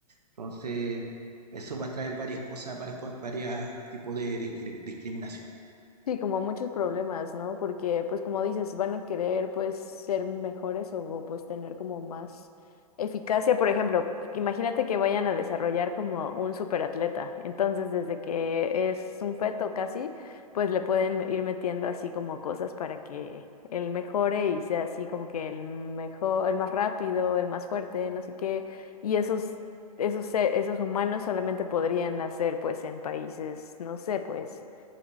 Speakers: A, on the right (about 80°); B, on the left (about 70°).
A: Entonces, eso va a traer varias cosas, varias, co- varias tipos de discri- discriminación
B: Sí, como muchos problemas, ¿no? Porque, pues como dices, van a querer, pues, ser mejores o, pues, tener como más eficacia. Por ejemplo, imagínate que vayan a desarrollar como un superatleta. Entonces, desde que es un feto casi, pues le pueden ir metiendo así como cosas para que él mejore y sea así como que el mejor, el más rápido, el más fuerte, no sé qué. Y esos, esos, se- esos humanos solamente podrían nacer, pues, en países, no sé, pues